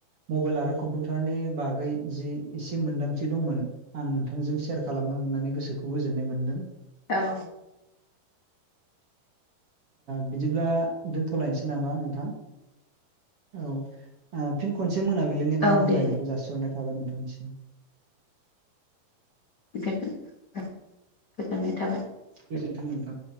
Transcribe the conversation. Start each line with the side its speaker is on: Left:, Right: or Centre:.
Right: मबाइल आरो कम्पिउटारनि बागै जि एसे मोनदांथि दंमोन। आं नोंथांजों सेयार खालामनो मोननानै गोसोखौ गोजोननाय मोनदों।
Left: औव
Right: बिदिब्ला दोनथ'लायनोसै नामा नोंथां? औव फिन खनसे मोनाबिलिनि गाहाम
Left: औ
Right: हामलायनायखौ
Left: दे दे
Right: जासिहरनाय थाबाय नोंथांनिसिम
Left: गो गोजोननाय थाबाय
Right: गोजोन्थों नोंथां।